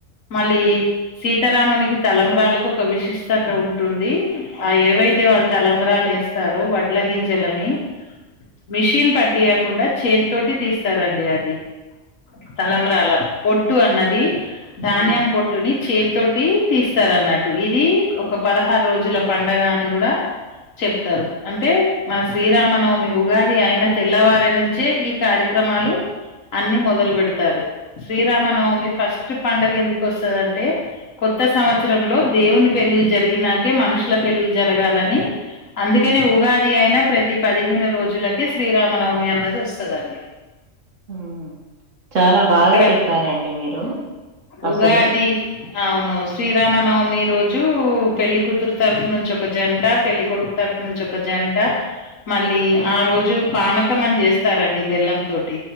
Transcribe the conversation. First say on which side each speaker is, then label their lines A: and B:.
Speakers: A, on the left; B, on the right.
A: మళ్ళీ సీతారామునికి తలంబ్రాలకు ఒక విశిష్టత ఉంటుంది ఆ ఏవైతే వాళ్ళు తలంబ్రాలు వేస్తారో వడ్ల గింజలని మిషిన్ పట్టియ కుండా చేత్తోటి తీస్తారండి అది తలంబ్రాల పొ ట్టు అన్నది ధాన్యం
B: ఆ ఆ
A: పొట్టుని చేత్తో టీ తీస్తరు అన్నట్టు ఇది ఒక పదహారు రోజుల పండగ అని కూడ చెప్తారు అంటే మన శ్రీరామనవమి ఉగాది అయిన తెల్లవారు నుంచే ఈ కార్యక్రమాలు అన్ని మొదలు పెడతారు శ్రీరామ నవమి ఫస్ట్ పండగ ఎందుకు వస్తదంటే కొత్త సంవత్సరంలో దేవుని పెళ్లిళ్లు జరిగినాకే మనుషుల పెళ్లిళ్లు జరగాలని అందుకనే ఉగాది అయిన ప్రతి పదిహేను రోజులకే శ్రీరామ నవమి అని అనేది వస్తదండి
B: ఉమ్ చాల బాగ
A: ఇక్కడ
B: చెప్పారండి మీరు
A: ఉగాది
B: అసలు
A: అవును శ్రీరామ నవమి మీ రోజు పెళ్లి కూతురు తరపు నుంచి ఒక జంట పెళ్లి కొడుకు తరపు నుంచి ఒక జంట మళ్ళీ ఆ రోజు పానకం అని చేస్తారండి బెల్లం తో